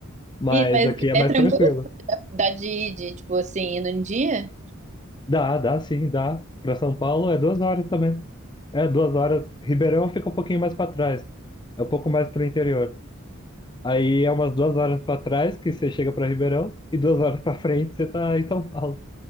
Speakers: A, on the left (about 20°); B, on the right (about 35°).
A: Mas
B: E, mas
A: aqui é
B: é
A: mais
B: tranquilo?
A: tranquilo.
B: Dá de, de, tipo, assim, ir num dia?
A: Dá, dá sim, dá. Pra São Paulo é duas horas também. É, duas horas. Ribeirão fica um pouquinho mais pra trás. É um pouco mais pro interior. Aí é umas duas horas pra trás que você chega pra Ribeirão e duas horas pra frente você tá em São Paulo.